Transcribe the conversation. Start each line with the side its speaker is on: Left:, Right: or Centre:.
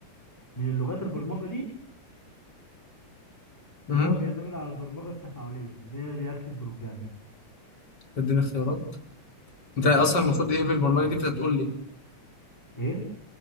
Centre: من اللغات البرمجة دي
Left: امم
Centre: اللي هو بيعتمد على البرمجة التفاعلية اللي هي رياكتيف بروجرامينج
Left: اديني اختيارات انت
Centre: ماشي
Left: اصلا المفروض ايه في البرمجة دي بتقول لي
Centre: ايه